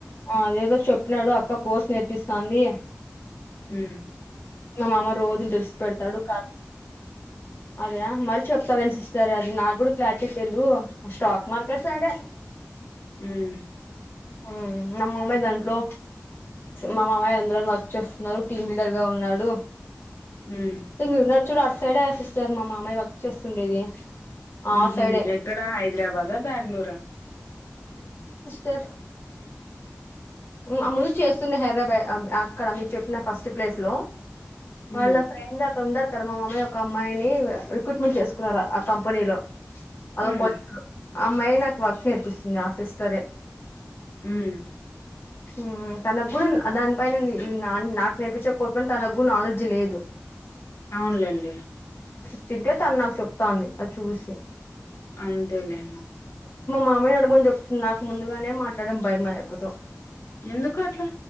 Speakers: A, on the left; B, on the left.
A: అది ఏదో చెప్పినాడు అక్క కోర్స్ నేర్పిస్ సంది
B: హ్మ్
A: కా మామ రోజుని తుడిసి పెడతాడు కార్ అదా మరి చెప్ సెవెన్ సిస్టర్ అది నాక్కూడా క్లారిటీ తెల్దు స్టాక్ మార్కెట్ సైడే
B: హ్మ్
A: హ్మ్ మా మామయ్య దాంట్లో మా మామయ్య అందులో వర్క్ చేస్తున్నారు టీమ్ లీడర్ గా ఉన్నారు లో
B: ఉమ్
A: <unintelligible> చూడు అట్ సైడ్ రాసిస్తారు మా మామయ్య వర్క్ చేస్తుండేది ఆ
B: ఊహూ
A: సైడే
B: ఎక్కడ హైదరాబాదా బెంగుళూరా
A: తరు ఆముందు చేస్తున్న హైర్రబ ఆ ఆ ఇక్కడ మీరు చెప్పిన ఫస్ట్ ప్లేస్ లో వాళ్ళ
B: ఉమ్
A: ఫ్రెండ్ అక్కడ ఉండారు కదా మా మమ్మి ఒక అమ్మాయిని రిక్రూట్మెంట్ చేసుకున్నారు ఆ కంపెనీలో వాళ్ళ
B: హ్మ్
A: కో ఆ అమ్మాయే నాకు వర్క్ నేర్పిస్తుంది ఆ సిస్టరే
B: హ్మ్
A: హ్మ్ తనకి కూడా దాని పైన న నాకు నేర్పిచ్చ కొట్కుంట తను కు నాలెడ్జీ లేదు
B: అవునులేండి
A: చెప్తే తను నాకు చెప్తాంది అది చూసి
B: అంతేలే
A: మామయ నడుమని చెప్తుంది నాకు ముందుగానే మాట్లాడం భయమా అక్క తో
B: ఎందుకు అట్లా